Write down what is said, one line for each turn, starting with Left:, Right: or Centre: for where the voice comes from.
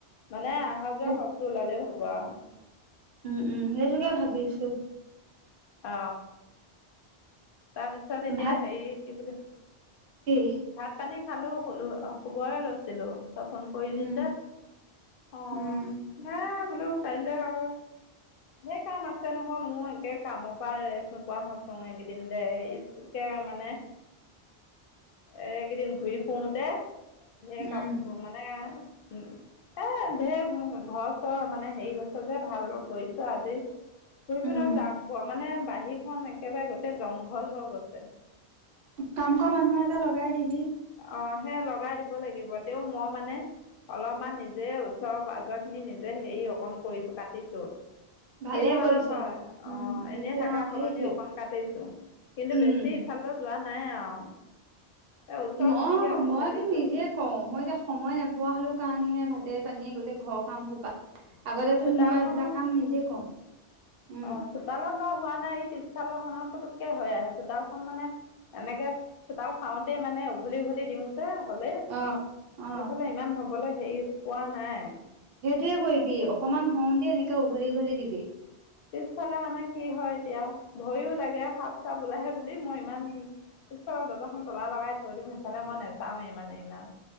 Left: মানে আহা যোৱা
Right: সেইটো
Left: খৰচটো ওলালেও হ'ব আৰু।
Right: উম, উম, সেইটোকে ভাবি আছো।
Left: অ, তাৰপিছত এতিয়া
Right: ভাত
Left: হেৰি কি বুলি
Right: কি?
Left: ভাত-পানী খালো শুলু অ, শুবয় এই লৈছিলো, তই ফোন কৰিলি
Right: উম
Left: যে। অ,
Right: উম
Left: নাই বোলো, কাইলৈ আকৌ। ধেৰ কাম আছে নহয়, মোৰ একে। কামৰ পৰা ৰেষ্ট নোপোৱা হৈছো, এইকেইদিন দে একে মানে। এইকেইদিন ঘূৰি ফুৰতে, ধেৰ
Right: উম
Left: কাপোৰ মানে উম, ধেৰ ঘৰ-চৰ মানে হেৰি হৈছে যে ভাল কৈছো আজি, শুই কেনে
Right: উম
Left: যাম। মানে বাহিৰখন একেবাৰে গোটেই জংঘল হৈ গৈছে।
Right: কাম কৰা মানুহ এটা লগাই দিবি।
Left: অ, সেই লগাই দিব লাগিব, তেওঁ মই মানে অলপমান নিজে ওচৰ-পাজৰ খিনি নিজে হেৰি অকণ কৰিছো কাটিছো।
Right: ভালে
Left: কিনো
Right: কৰিছ
Left: আৰু হয় অ,
Right: উম নিজে
Left: এনেই থকা
Right: অ
Left: সলনি
Right: সেইটোৱে
Left: অকন কাটিছো, কিন্তু
Right: উম
Left: বেছি সিফাললৈ যোৱা নাই আৰু। এই ওচৰখিনিকে
Right: মই
Left: অকণ
Right: মইতো
Left: কাটিছোঁ
Right: নিজে কওঁ, মই এতিয়া সময় নোপোৱা হলোঁ কাৰণেহে, ভাতে পানীয়ে গোটেই ঘৰ কাম সোপা, আগতেটোন
Left: চোতালখনত
Right: মই এইবিলাক কাম নিজে কওঁ। উম
Left: অ, চোতালত বাৰু হোৱা নাই, এই পিছফালৰখনত পুতুককে হৈ আহে, চোতালখন মানে এনেকৈ চোতাল খাওঁতেই মানে উঘলি উঘলি দিওঁ, হ'লে
Right: অ অ
Left: সেইফালে ইমান হ'বলৈ হেৰি পোৱা নাই।
Right: সেইটোয়ে কৰিবি অকনমান হওঁতে এনেকে উঘলি উঘলি দিবি।
Left: পিছফালে মানে কি হয় এতিয়া ভয়ও লাগে সাপ চাপ ওলাহে বুলি মই ইমান, পিছফালৰ দৰজাখন তলা লগাই থৈ দিম সিফালে মই নাযাও ইমানে ইমান,